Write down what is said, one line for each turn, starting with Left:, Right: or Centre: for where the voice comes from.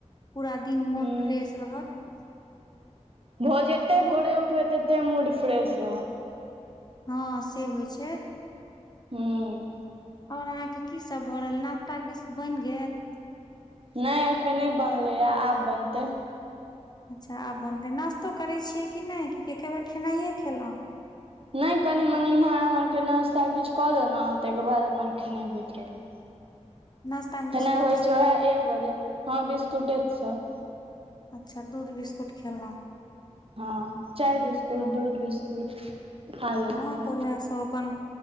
Left: पूरा दिन मोन
Right: हूँ
Left: फ्रेश रहत।
Right: ओ जते भोरे उठबै तते मूड फ्रेश रहत।
Left: हँ से होइ छैय।
Right: हुं।
Left: और अहाँके की सब भ रहल नश्ता किस बनि गेल?
Right: नहि एखन नहि बनलैए आब बनतै।
Left: अच्छा आब बनतै नाश्तो करै छियै कि नहि एके बेर खेनाइयए खेलहुँ
Right: नहि कनि मनि एम्हर -आम्हरके नाश्ता किछु कऽ लेलहुँ, ताहिके बाद अपन खेनाइ होइत रहल।
Left: नाश्ता मे
Right: खेनाइ
Left: बिस्कुट
Right: होइ
Left: तिस्कुट
Right: छैय ओएह एक बजे, हँ बिस्कुटे सब।
Left: अच्छा दूध बिस्कुट खेलहु।
Right: हँ चाय बिस्कुट,
Left: हँ
Right: दूध बिस्कुट। खा लेलहुँ
Left: हँ
Right: अपन
Left: तऽ वएह सब अपन